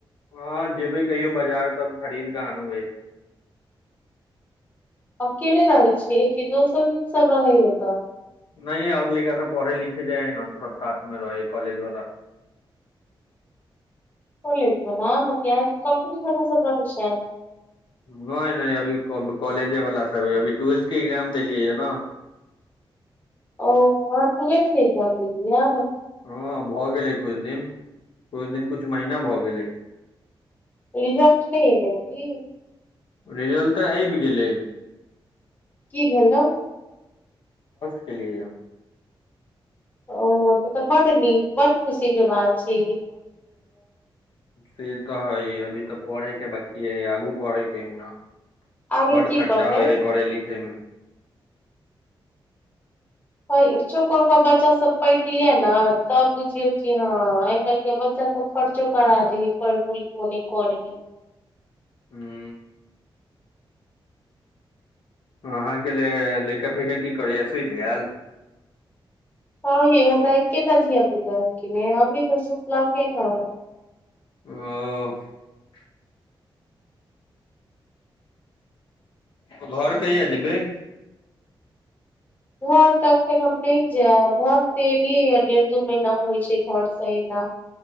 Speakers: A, on the left; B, on the left.
A: हँ जेबै कहियौ बाजार तब खरीद क आन बई
B: अकेले रहै छियै कि दोसर हित सब रहै है एतऽ
A: नहि ओर लड़का सब पढ़े लिखे जाइ है न तऽ सब साथ मे रहै ह कॉलेज वला सब
B: <unintelligible>
A: नहि नहि अभी कॉलेजेवला साभ ह अभी टुवेल्थ के एग्जाम देलियै यए ने
B: ओ अहाँ टुवैल्थ के एगजाम दैलियै ह
A: हँ भऽ गेलै कुछ दिन कुछ दिन कुछ महीना भऽ गेलै
B: रिजल्ट नयि एलइ की
A: रिजल्ट तऽ आइब गेलै
B: की भेलौ
A: केलिय यौ
B: ओ त तऽ बड नीक बड खुशी के बात छी
A: से तऽ हइ अभी तऽ पढ़ै बकी है आगू पढ़ैके है ना
B: आगे
A: बड
B: की
A: खर्चा
B: पढ़बै
A: होइ हइ पढ़य लिखयमे
B: परर्चो कऽ कऽ बच्चासभ पढ़ि लियै ने तब बुझियौ कि हँ आइ काल्हिके बच्चासभ परर्चो करा द हइ पढ़ि बलि को नहि करयै हइ
A: हू अहाँके ल लैका फैका की करैए सुइति गैल
B: हँ यौ हमरा एकेटा धिया पुता ह कि हमही तऽ सुतलखिन ह
A: ओ त घर कहिया जेबैय
B: घर तऽ एखन हम नहि जायब धन तऽ एलियै ह डेढ़ दू महीना होइ छय घरसँ अयला